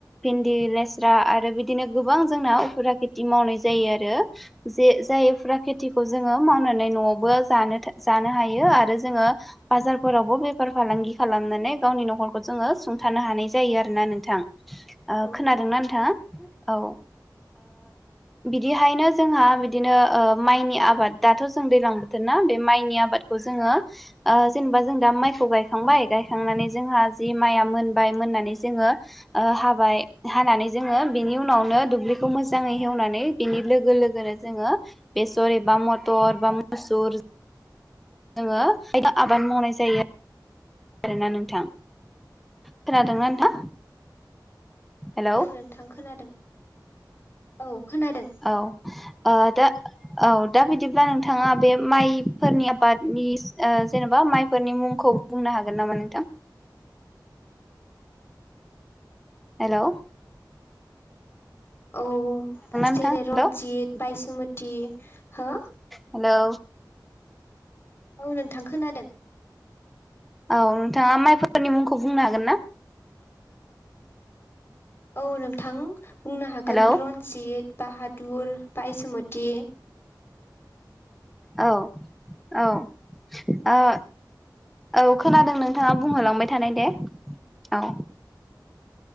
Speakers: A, in the centre; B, on the left.
A: भेन्दि लेस्रा आरो बिदिनो गोबां जोंना उफोरा खेथि मावनाय जायो आरो। जे जाय उफोरा खेथिखौ जोङो मावनानै न'आवबो जानो था जानो हायो आरो जोङो बाजारफोरावबो बेफा फार फालांगि खालामनानै गावनि नखरखौ जोङो सुंथानो हानाय जायो आरोना नोंथां।
B: औ
A: खोनादोंना नोंथाङा औ बिदिहायनो जोंहा बिदिनो माइनि आबाद दाथ' जों दैलां बोथोरना बे माइनि आबादखौ जोङो जेनेबा जों दा माइ खौ गायखांबाय गायखांनानै जोंहा जि मआ मोनबाय मोननानै जोङो हाबाय हानानै जोङो बिनि उनावनो दुब्लिखौ मोजाङै हेवनानै बिनि लोगो लोगोनो जोङो बेस'रि बा मतर बा मसुर जोङो खायदा आबाद मावनाय जायो आरोना नोंथां खोनादोंना नोंथां हेलौ
B: औ नोंथां खोनादों औ खोनादों
A: औ दा औ दा बिदिब्ला नों नोंथाङा बे माइफोरनि आबादनि जेनेबा माइफोरनि मुंखौ बुंनो हागोन नामा नोंथां
B: <inaudible>
A: हेल'
B: औ जेरै
A: नोंथां हेलौ
B: रन्जित बायसुमति हो
A: हेलौ
B: औ नों थां खोनादों
A: औ नोंथाङा माइफोरनि मुंखौ बुंनो हागोन ना
B: औ नोंथां बुंनो हागोन
A: हेलौ
B: रन्जित बाहादुर बा एसुम ति
A: औ औ ओ औ खोनादों नोंथाङा बुंहोलांबाय थानाय दे औ